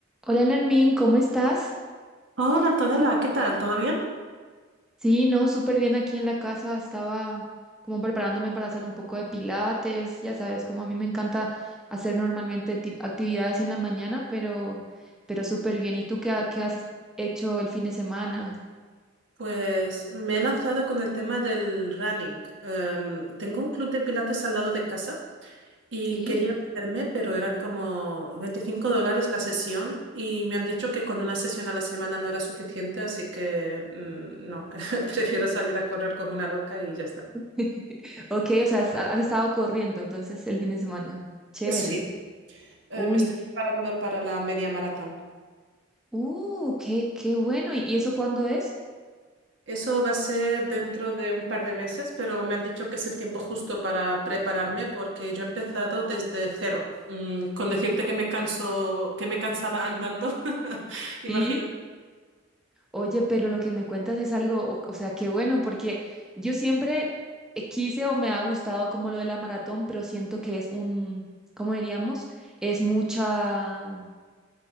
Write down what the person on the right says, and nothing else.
Hola Antonella, ¿qué tal? ¿Todo bien?
Pues me he lanzado con el tema del running. Em, tengo un club de pilates al lado de casa y
quería meterme, pero eran como 25 dólares la sesión y me han dicho que con una sesión a la semana no era suficiente, así que mm, no, <laughs> prefiero salir a correr como una loca y ya está.
Sí. Eh,
me estoy preparando para la media maratón.
Eso va a ser dentro de un par de meses, pero me han dicho que es el tiempo justo para prepararme porque yo he empezado desde cero. Mm, con decirte que me canso, que me cansaba andando, <laughs> imagina.